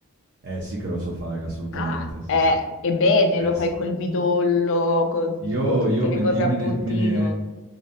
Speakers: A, on the right; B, on the left.
A: Eh sì che lo so fare assolutamente,
B: Ah,
A: sì,
B: eh,
A: sì.
B: ebbene,
A: Eh
B: lo fai
A: sì.
B: col midollo, con,
A: Io
B: con tutte
A: io
B: le
A: me
B: cose
A: ne io
B: a puntino.
A: me ne me ne